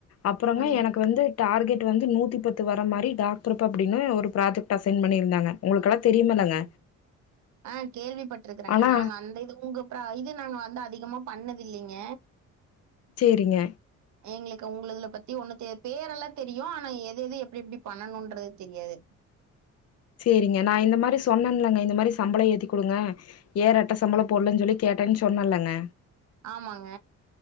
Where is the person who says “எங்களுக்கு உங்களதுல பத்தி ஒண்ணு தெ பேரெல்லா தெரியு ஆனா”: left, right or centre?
Right